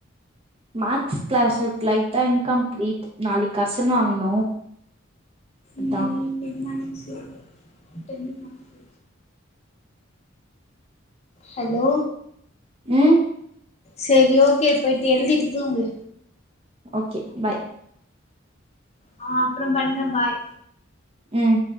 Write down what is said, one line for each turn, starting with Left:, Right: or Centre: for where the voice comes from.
Right: மேக்ஸ் க்ளாஸ்வர்க் லைட்டா இன்கம்ப்ளீட் நாளைக் கர்ஷன் வாங்கனு அத்தா
Left: ம் டென் ஆயிடுச்சு டென்னுக்கு மேல போ ஹலோ
Right: ம்
Left: செரி ஓகே போய்ட்டு எழுதிட்டு தூங்கு
Right: ஓகே பாய்
Left: ஆ அப்றோம் பண்ற பாய்
Right: ம்